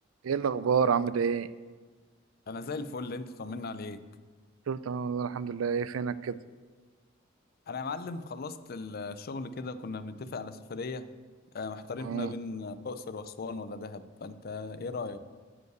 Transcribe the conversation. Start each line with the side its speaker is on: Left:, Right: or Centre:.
Right: ايه الاخبار عامل ايه
Left: انا زي الفل انت طمنا عليك
Right: قلت تمام والله الحمد لله ايه فينك كده
Left: انا يا معلم خلصت الشغل كده كنا بنتفق على سفرية آه، محتارين
Right: اه
Left: ما بين الاقصر واسوان ولا دهب فانت ايه رايك